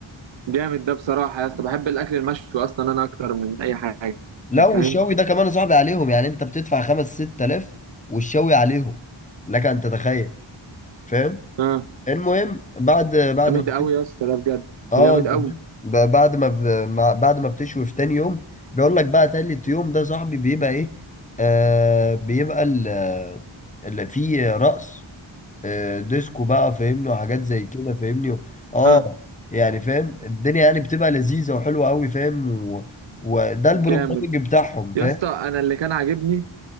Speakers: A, on the right; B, on the left.
A: جامد ده بصراحه يا اسطى بحب الاكل المشوي اصلا انا اكتر من اي حاجه
B: لو
A: فاهم
B: الشوي ده كمان يا صاحبي عليهم يعني انت بتدفع خمس ست آلاف والشوي عليهم لك ان تتخيل فاهم
A: اه
B: المهم بعد بعد
A: جامد
B: ما بت...
A: قوي يا اسطى ده بجد
B: اه
A: جامد
B: انت
A: قوي
B: فاهم ب- بعد ما ب... مع- بعد ما بتشوي في تاني يوم بيقول لك بقى تالت يوم ده يا صاحبي بيبقى ايه آه بيبقى ال- اللي فيه رأس آه، ديسكو بقى فاهمني وحاجات زي كده فاهمني اه
A: اه
B: يعني فاهم الدنيا يعني بتبقى لذيذة وحلوة قوي فاهم و... وده البروجرامنج
A: جامد
B: بتاعهم فاهم
A: يا اسطى انا اللي كان عاجبني